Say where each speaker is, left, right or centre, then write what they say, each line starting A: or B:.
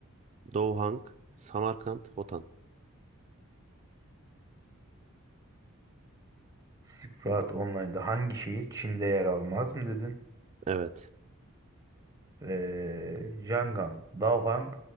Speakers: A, on the right (about 30°); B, on the right (about 15°).
A: Douhang, Samarkand, Hotan.
B: Silk Road Online'da hangi şehir Çin'de yer almaz mı dedin?
A: Evet.
B: Eee Yangon, Daohang,